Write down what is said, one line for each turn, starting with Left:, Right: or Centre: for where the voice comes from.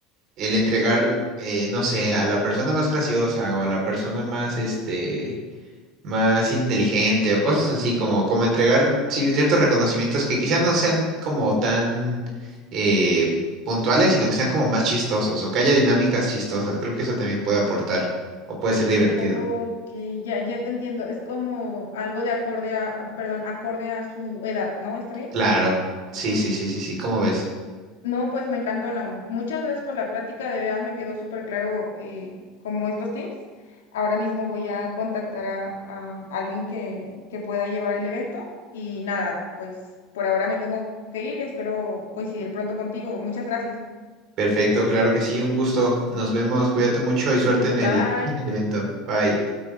Right: el entregar, eh, no sé, a la persona más graciosa o a la persona más, este... más inteligente o cosas así, como, como entregar ci- ciertos reconocimientos que quizá no sean como tan eh, puntuales, sino que sean como más chistosos o que haya dinámicas chistosas. Creo que eso también puede aportar o puede ser divertido.
Left: ok, ya, ya te entiendo. Es como algo de acorde a, a- perdón, acorde a su edad, ¿no? ¿Está bien?
Right: Claro, sí, sí, sí, sí, sí, ¿cómo ves?
Left: No, pues me encantó, Naum. Muchas gracias por la plática. De verdad me quedó súper claro eh, como estos tips. Ahora mismo voy a contactar a, a alguien que, que pueda llevar el evento. Y nada, pues por ahora me tengo que ir y espero coincidir pronto contigo. Muchas gracias.
Right: Perfecto, claro que sí, un gusto. Nos vemos, cuídate mucho y suerte en
Left: Bye.
Right: el, en el evento. Bye.